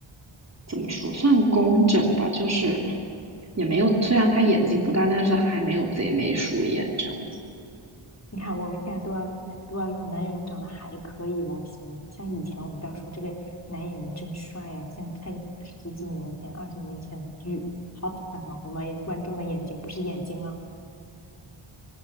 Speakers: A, on the right; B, on the left.
A: 怎么说，算工整吧，就是也没有，虽然他眼睛不大，但是还没有贼眉鼠眼这样子。
B: 你看，我们现在都要都要用男演员长得还可以来形容，像以前我们都要说这个男演员真帅呀、像看十几年前、二十年前的剧，好惨啊！我们观众的眼睛不是眼睛吗？